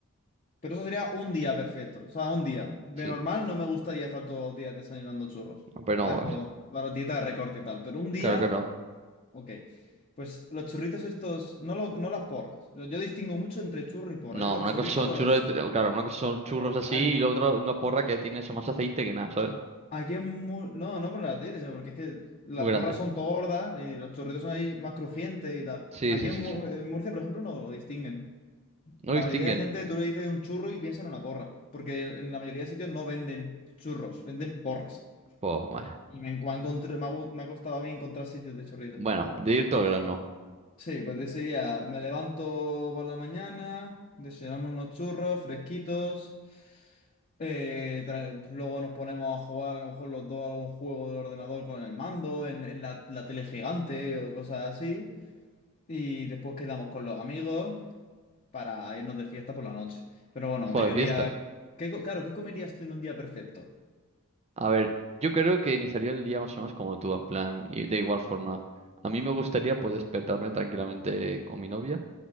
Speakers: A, on the left; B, on the right.
A: Pero eso sería un día perfecto, o sea, un día. De
B: Sí.
A: normal no me gustaría estar todos los días desayunando churros,
B: No, Pero
A: ¿sabes?
B: no, pues,
A: Por la dieta de recorte y tal. Pero un día
B: claro que no.
A: Ok, pues los churritos estos, no, lo- no las porras. Yo, yo distingo mucho entre churro y porra.
B: No,
A: Yo los
B: una
A: churritos,
B: cosa son churros, de- claro, una cosa son churros
A: claro,
B: así
A: a-
B: y la otra una porra que tiene eso más aceite que nada, ¿sabes?
A: aquí en Mu- No, no por las dientes, sino porque es que las
B: Muy grande.
A: porras son tordas y los churritos son ahí más crujientes y tal.
B: Sí,
A: Aquí
B: sí,
A: en,
B: sí,
A: Mu-
B: sí.
A: en Murcia, por ejemplo, no lo distinguen.
B: No
A: La
B: distinguen.
A: mayoría de gente, tú le dices un churro y piensa en una porra, porque en la mayoría de sitios no venden churros, venden porras.
B: Pues,
A: Y me, encu- me ha encontr- me ha gu- me ha costado a mí encontrar sitios de churritos.
B: bueno, de ir todo el grano.
A: Sí, pues decidía, me levanto por la mañana, desayunamos unos churros fresquitos, eh, tra- luego nos ponemos a jugar a lo mejor los dos algún juego del ordenador con el mando, en, en la, la tele gigante o cosas así, y después quedamos con los amigos para irnos de fiesta por la noche. Pero bueno,
B: Ojo
A: mediodía,
B: de fiesta.
A: ¿qué, co- claro, ¿qué comerías tú en un día perfecto?
B: A ver, yo creo que iniciaría el día más o menos como tú, en plan, y de igual forma. A mí me gustaría pues despertarme tranquilamente con mi novia.